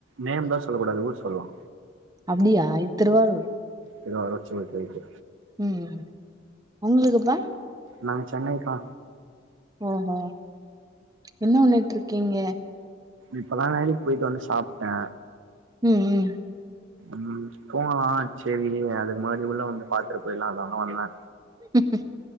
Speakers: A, on the right; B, on the right.
A: நேம் தா சொல்லக்கூடாது ஊரு சொல்லலா
B: அப்டியா திருவாரூர்
A: திருவாரூர் செரி ஓகே ஓகே
B: ம் உங்களுக்குப்பா
A: நாங்க சென்னைக்கா
B: ஓஹோ என்ன பண்ணிட்ருக்கீங்க
A: இப்பதா வேலைக்கு போயிட்டு வந்து சாப்ட்ட
B: ம் ம்
A: ம் தூங்கலா சரி அதுக்கு முன்னாடி உள்ள வந்து பாத்துட்டு போயிடலாம அதுதா வந்தே
B: ம் ம்